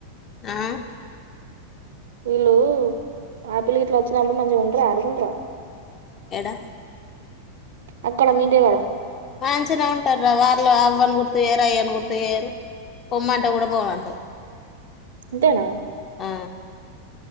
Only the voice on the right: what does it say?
వీళ్ళు పాపిలిగిట్లా వచ్చినప్పుడు మంచిగా ఉంట్ర ఆడుకుంట్ర
అక్కడ మీదే వాడ
ఇంతేనా